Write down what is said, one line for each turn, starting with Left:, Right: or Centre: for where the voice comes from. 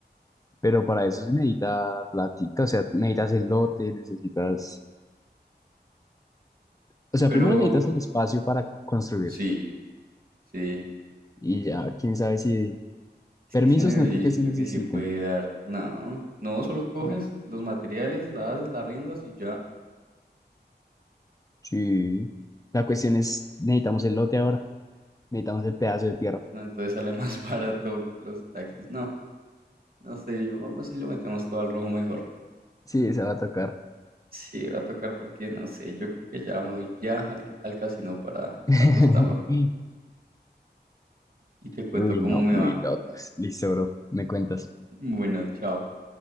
Left: pero para eso se necesita platica, o sea, tú necesitas el lote, necesitas, o sea,
Right: Pero
Left: primero necesitas el espacio para construirlo
Right: sí, sí.
Left: y ya, quién sabe si
Right: Es
Left: Permisos
Right: que ese negocio
Left: no creo
Right: yo
Left: que
Right: siento
Left: se necesiten.
Right: que sí puede dar. No, no, solo coges
Left: No,
Right: los materiales, la haces, la riendas y ya.
Left: sí. La cuestión es, necesitamos el lote ahora, necesitamos el pedazo de tierra.
Right: No, entonces sale más <laughs> barato los taxis. No, no sé, yo vamos y lo metemos todo al rojo mejor.
Left: Sí, se va a tocar.
Right: Sí, va a tocar porque no sé, yo creo que ya me voy ya al, al casino para
Left: <laughs>
Right: apostarlo y te cuento
Left: Uy,
Right: cómo
Left: no,
Right: me
Left: muy
Right: va.
Left: locos. Listo, bro. Me cuentas
Right: Bueno, chao.